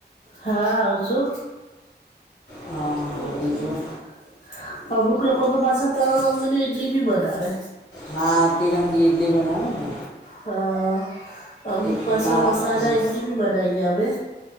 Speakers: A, on the left; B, on the left.
A: હા આવ છું.
B: હા હા
A: હમ
B: બીજું
A: અમુક લોકો તો પાછા તરંગ અંગ ની ઇડલી બી બનાવે.
B: હા તિરંગી ઇડલી બનાવે ને
A: હા અ
B: એક
A: બસ
B: લાલ
A: મસલા
B: હમ,
A: ઇડલી ભી બનાઈએ અમે.